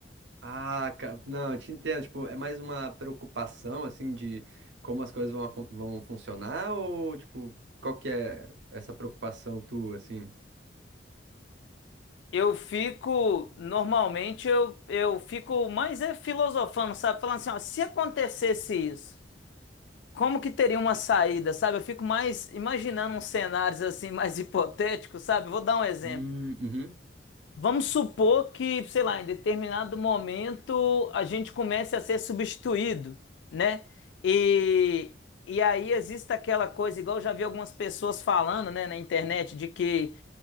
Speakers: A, on the right; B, on the left.
A: Ah, cara, não, eu te entendo. Tipo, é mais uma preocupação, assim, de como as coisas vão, acon- vão funcionar ou, tipo, qual que é essa preocupação tua, assim?
B: Eu fico, normalmente eu, eu fico mais é filosofando, sabe? Falando assim, ó, se acontecesse isso, como que teria uma saída, sabe? Eu fico mais imaginando uns cenários assim <laughs> mais hipotéticos, sabe? Vou dar um exemplo.
A: Hum, uhum,
B: Vamos supor que, sei lá, em determinado momento a gente comece a ser substituído, né? E, e aí existe aquela coisa, igual eu já vi algumas pessoas falando, né, na internet, de que